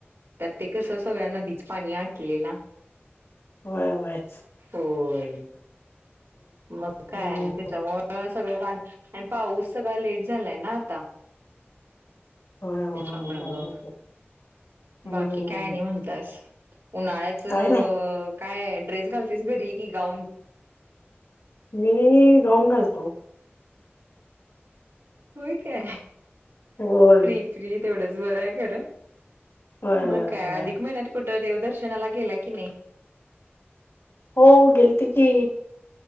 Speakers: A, on the right; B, on the left.
A: त्यात ते कस सगळ्या नदीच पाणी आटलेला,
B: व्हय, व्हयच.
A: होय. मग काय
B: हम्म
A: त्याचामुळ सगळं आणि पाऊस सगळा लेट झालाय ना आता.
B: होय होय
A: त्याच्यामुळ
B: होय होय
A: ग
B: होय. हम्म
A: बाकी काय आणि म्हणत्यास. उन्हाळ्याचं,
B: काय नाही
A: काय ड्रेस घालतीस घरी की गाऊन?
B: मी गाऊन घालतो.
A: होय काय?
B: होय
A: फ्री फ्रि तेवढंच. बरं आहे खरं?
B: होय
A: मग
B: होय
A: काय
B: होय
A: अधिक महिन्यात कुठ देवदर्शनाला गेला की नाही?
B: हो, गेलती की